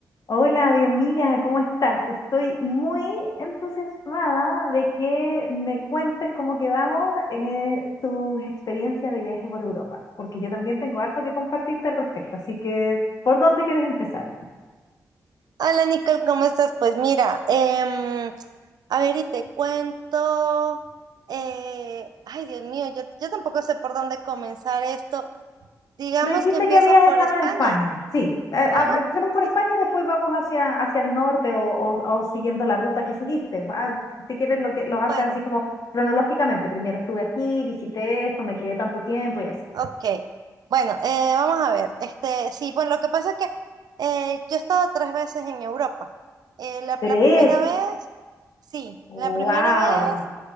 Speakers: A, on the left (about 60°); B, on the right (about 70°).
A: Hola, Dios, mira, ¿cómo estás? Estoy muy entusiasmada de que me cuentes cómo quedamos eh, tus experiencias de viaje por Europa, porque yo también tengo harto que compartirte al respecto, así que, ¿por dónde quieres empezar?
B: Hola Nicole, ¿cómo estás? Pues mira, em, a ver y te cuento. eh, ay, Dios mío, yo, yo tampoco sé por dónde comenzar esto. Digamos
A: Me dijiste
B: que empiezo
A: que habías
B: por
A: estado
B: España.
A: en España, sí, a-
B: Ajá,
A: a- empecemos por
B: sí,
A: España
B: sí.
A: y después vamos hacia, hacia el norte o, o- o siguiendo la ruta que seguiste. va, Si quieres, lo que los haces
B: Bueno,
A: así como cronológicamente, primero estuve aquí, visité esto, me quedé tanto tiempo y así.
B: ok. Bueno, eh, vamos a ver. Este, sí, bueno, lo que pasa es que eh, yo he estado tres veces en Europa. Eh, la,
A: Tres.
B: la primera vez, sí,
A: Wow,
B: la primera vez.